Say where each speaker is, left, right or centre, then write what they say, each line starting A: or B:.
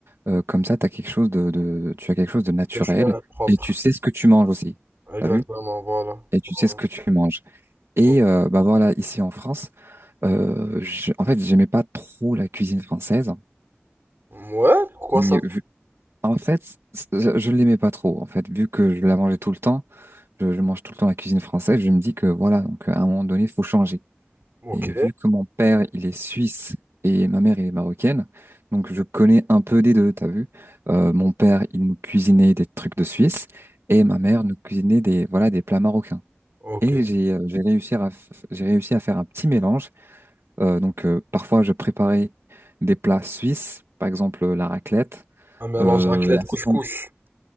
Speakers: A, on the right; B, on the right.
A: Euh, comme ça, t'as quelque chose de, de, tu as quelque chose de naturel
B: Quelqu'un est propre.
A: et tu sais ce que tu manges aussi.
B: Exactement,
A: T'as vu?
B: voilà.
A: Et tu
B: Voilà.
A: sais ce que tu manges. Et
B: Ok.
A: euh, bah voilà, ici en France, euh, je- en fait, j'aimais pas trop la cuisine française.
B: Ouais, pourquoi
A: Et
B: ça?
A: vu- en fait, je je l'aimais pas trop. En fait, vu que je la mangeais tout le temps, je, je mange tout le temps la cuisine française. Je me dis que voilà, donc à un moment donné, il faut changer.
B: Ok.
A: Et vu que mon père, il est suisse et ma mère, elle est marocaine, donc je connais un peu des deux, t'as vu? Euh, mon père, il nous cuisinait des trucs de Suisse et ma mère nous cuisinait des, voilà, des plats marocains.
B: Ok.
A: Et j'ai euh, j'ai réussi à, f- j'ai réussi à faire un petit mélange. Euh, donc euh, parfois, je préparais des plats suisses, par exemple euh, la raclette,
B: Un mélange
A: euh,
B: raclette
A: la
B: couscous.
A: fondue.